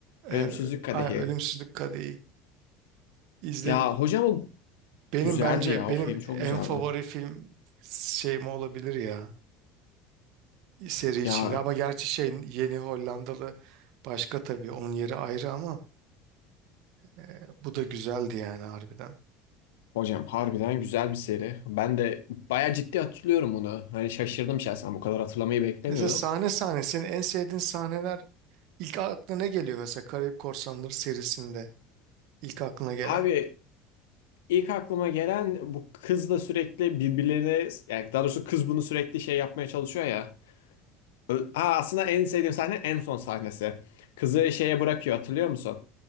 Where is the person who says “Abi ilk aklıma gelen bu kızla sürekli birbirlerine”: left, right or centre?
Left